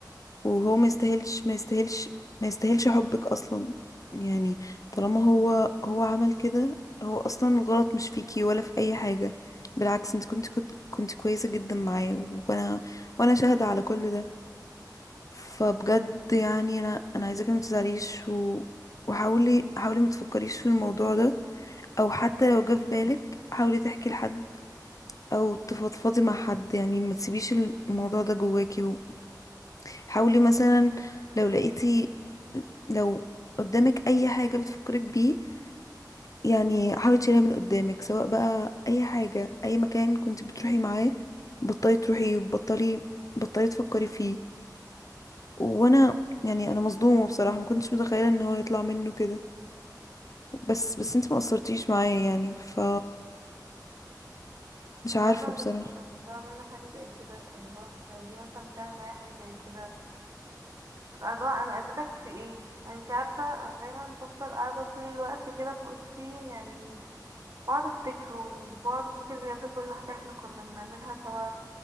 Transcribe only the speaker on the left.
وهو ما يستاهلش ما يستاهلش ما يستاهلش حبك اصلا يعني طالما هو هو عمل كده هو اصلا الغلط مش فيكي ولا في اي حاجه بالعكس انت كنت كنت, كنت كويسه جدا معاه وانا وانا شاهده على كل ده فبجد يعني انا انا عايزاكي ما تزعليش و... وحاولي حاولي ما تفكريش في الموضوع ده او حتى لو جه في بالك حاولي تحكي لحد او تفضفضي مع حد يعني ما تسيبيش الموضوع ده جواكي حاولي مثلا لو لقيتي لو قدامك اي حاجة بتفكرك بيه يعني حاولي تشيلها من قدامك سواء بقى اي حاجة اي مكان كنت بتروحي معاه بطلي تروحي وبطلي بطلي تفكري فيه وانا يعني انا مصدومة بصراحة ما كنتش متخيلة ان هو يطلع منه كده بس بس انت ما قصرتيش معايا يعني ف مش عارفة
بصراحة